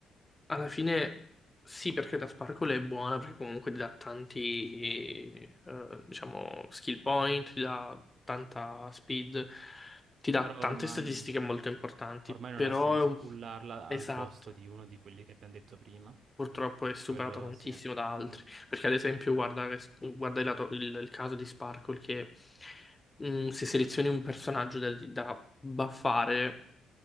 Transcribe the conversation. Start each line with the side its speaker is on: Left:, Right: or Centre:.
Left: alla fine sì, perché da Sparkle è buona, perché comunque ti dà tanti, eh, diciamo, skill point, ti dà tanta speed, ti dà
Right: Però
Left: tante
Right: ormai,
Left: statistiche molto importanti,
Right: ormai non
Left: però
Right: ha senso
Left: è un...
Right: pullarla
Left: Esatto.
Right: al posto di uno di quelli che abbiamo detto prima.
Left: purtroppo è superata
Right: Quello
Left: tantissimo
Right: sì.
Left: da altri.
Right: Mm.
Left: Perché ad esempio guarda, guarda il, lato- il- il caso di Sparkle che mh, se selezioni un personaggio da, da buffare